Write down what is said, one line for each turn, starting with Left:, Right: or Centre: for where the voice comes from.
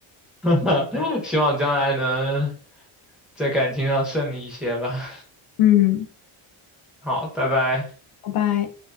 Centre: <laughs> 希望将来能在感情上顺利一些吧。
Left: 嗯，
Centre: 好，拜拜。
Left: 拜拜。